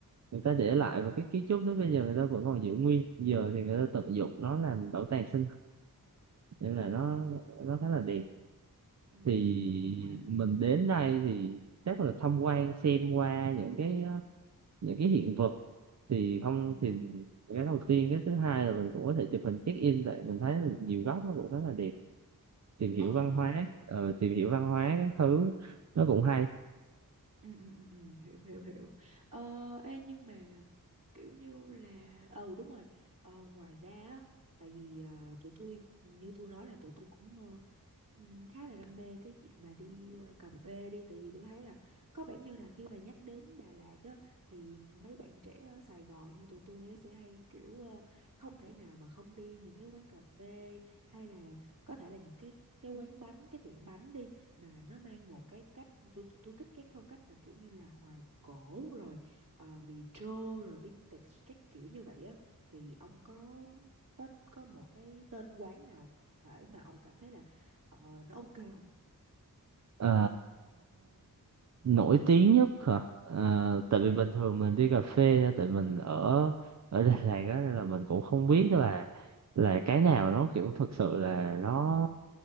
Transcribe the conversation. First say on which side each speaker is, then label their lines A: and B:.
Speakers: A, on the right; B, on the right.
A: người ta để lại
B: ê
A: và
B: ê
A: cái kiến trúc đó bây giờ người ta vẫn còn giữ nguyên giờ thì người ta tận
B: ừ
A: dụng
B: ừ
A: nó làm bảo tàng sinh học. nên là nó nó khá là đẹp
B: ừ
A: thì
B: ừ ừ wow
A: mình đến đây thì chắc là tham quan xem qua những cái ờ, những cái hiện vật thì không
B: ừ
A: thì cái đầu tiên cái thứ hai là mình cũng có thể chụp hình check in tại mình thấy là nhiều góc nó cũng khá là đẹp tìm hiểu
B: ờ
A: văn
B: ờ
A: hóa ờ, tìm hiểu văn hóa các thứ nó cũng hay
B: Ừ, ừ, ừ, ừ, hiểu hiểu hiểu ờ, ê, nhưng mà kiểu như là ừ đúng rồi ờ, ngoài ra á, tại vì ờ, tụi tôi như tôi nói là tụi tôi cũng ờ, ừm, khá là đam mê cái chuyện mà đi ờ, cà phê đi tại vì tôi thấy là có vẻ như là khi mà nhắc đến Đà Lạt á thì mấy bạn trẻ ở Sài Gòn như tụi tôi á sẽ hay kiểu ờ, không thể nào mà không đi những cái quán cà phê hay là có thể là những cái cái quán bánh cái tiệm bánh đi mà nó mang một cái cách tôi tôi tôi thích cái phong cách là kiểu như là hoài cổ rồi ờ, retro rồi vintage các kiểu như vậy á thì ông có có có một cái tên quán nào cụ thể mà ông cảm thấy là ờ, nó ok không?
A: Ờ, nổi tiếng nhất hả? Ờ,
B: ừ
A: tại vì bình thường mình đi cà phê nha, tại mình ở ở <laughs> Đà Lạt á nên là mình cũng không biết
B: ừ
A: là là cái nào nó kiểu thực sự là nó